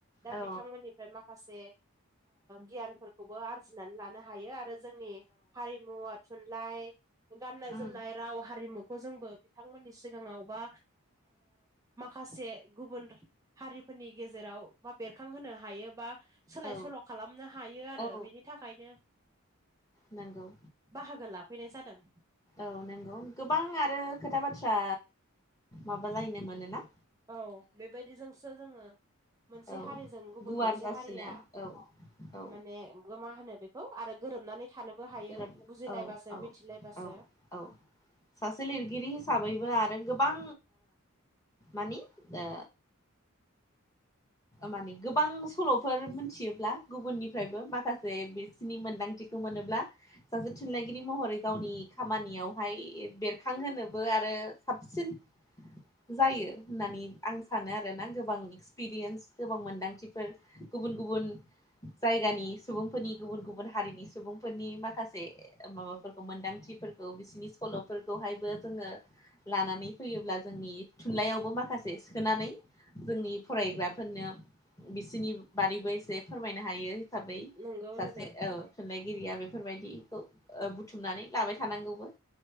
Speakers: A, on the right (about 15°); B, on the left (about 15°).
A: दा
B: औ
A: बिथांमोननि फ्राय माखासे गियानफोरखौबो आरजिनानै लानो हायो आरो जोंनि हमु आ थुनलाइ गाननाय
B: उम
A: जोमनाय राव हारिमुखौ जोंबो बिथांमोननि सिगाङाव बा माखासे गुबुन हारिफोरनि गेजेराव मा बेरखांहोनो हायो बा सोलाय
B: औ
A: सोल' खालामनो हायो
B: औ
A: आरो बेनि थाखायनो
B: नांगौ
A: बाहागो लाफैनाय जादों
B: औ नंगौ गोबां आरो खोथा बाथ्रा माबालायनो मोनो ना
A: औ बेबायदिजोंसो जोङो मोनसे
B: औ
A: हारिजों गुबुन
B: गुवार
A: मोनसे
B: जासिनो
A: हारिया
B: औ औ
A: माने मा होनो बेखौ आरो गोरोबनानै थानोबो हायो
B: गोरोब
A: बुजिलायबासो
B: औ औ
A: मिथिलायबासो
B: औ औ सासे लिरगिरि हिसाबैबो आरो गोबां मानि आ माने गोबां सल'फोर मिथियोब्ला गुबुननि फ्रायबो माखासे बिसिनि मोनदांथिखौ मोनोब्ला सासे थुनलाइगिरि महरै गावनि खामानियावहाय बेरखांहोनोबो आरो साबसिन जायो होननानै आं सानो आरोना गोबां एक्सपिरियेन्स गोबां मोनदांथिफोर गुबुन गुबुन जायगानि सुबुंफोरनि गुबुन गुबुन हारिनि सुबुंफोरनि माखासे माबाफोरखौ मोनदांथिफोरखौ बिसिोरनि सल'फोरखौहायबो जोङो लानानै फैयोब्ला जोंनि थुनलाइयावबो माखासे सोनानै जोंनि फरायग्रा फोरनो बिसोरनि बारैबो एसे फोरमायनो हायो हिसाबै
A: नंगौ
B: सासे
A: लोगो
B: थुनलाइगिरिया बेफोरबायदिखौ बुथुमनानै लाबाय थानांगौबो